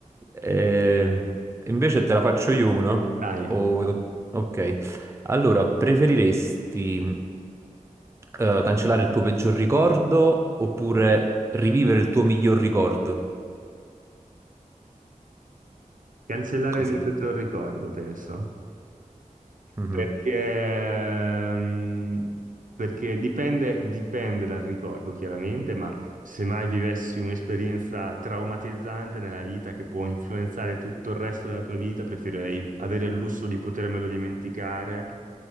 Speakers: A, on the right; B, on the right.
A: Eh, invece te la faccio io una.
B: Dai,
A: O vuoi con- Ok. Allora, preferiresti eh, cancellare il tuo peggior ricordo oppure rivivere il tuo miglior ricordo?
B: cancellare
A: Questo
B: il mio
A: è difficile.
B: peggior ricordo, penso.
A: Mhm.
B: Perché, ehm, perché dipende, dipende dal ricordo, chiaramente, ma se mai vivessi un'esperienza traumatizzante nella vita che può influenzare tutto il resto della tua vita, preferirei avere il lusso di potermelo dimenticare